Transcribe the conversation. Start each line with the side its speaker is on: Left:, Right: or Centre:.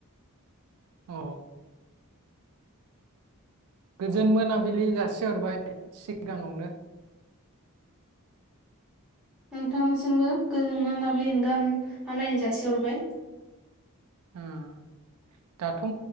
Right: अ गोजोन मोनाबिलि जासिहरबाय सिगाङावनो।
Centre: नोंथांसिमबो गोजोन मोनाबिलिनि गाहाम हामलायनाय जासिहरबाय।
Right: उम दाथ'